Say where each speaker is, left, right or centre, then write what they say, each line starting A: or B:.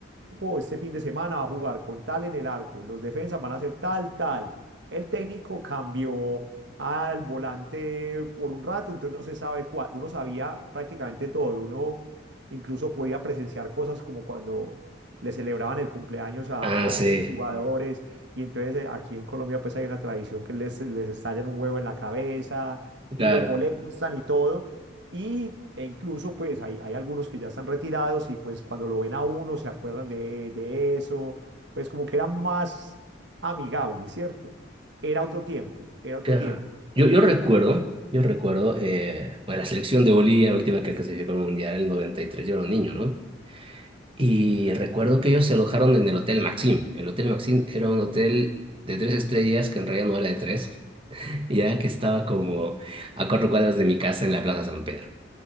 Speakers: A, on the right; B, on the right.
A: equipo este fin de semana va a jugar con tal en el arco, los defensas van a hacer tal, tal. El técnico cambió al volante por un rato, entonces no se sabe cuál. Uno sabía prácticamente todo, uno incluso podía presenciar cosas como cuando le celebraban el cumpleaños a,
B: Ah, sí,
A: a estos jugadores y entonces eh, aquí en Colombia pues hay una tradición que les, les estallan un huevo en la cabeza
B: claro.
A: y los molestan y todo. Y, e incluso pues hay, hay algunos que ya están retirados y pues cuando lo ven a uno se acuerdan de, de eso, pues como que era más amigable, ¿cierto? Era otro tiempo, era otro
B: Claro.
A: tiempo.
B: Yo, yo recuerdo, yo recuerdo, eh, bueno, la selección de Bolivia, la última que clasificó al Mundial, el 93 yo era un niño, ¿no? Y recuerdo que ellos se alojaron en el Hotel Maxim. El Hotel Maxim era un hotel de tres estrellas, que en realidad no era de tres, <laughs> ya que estaba como a cuatro cuadras de mi casa en la Plaza San Pedro.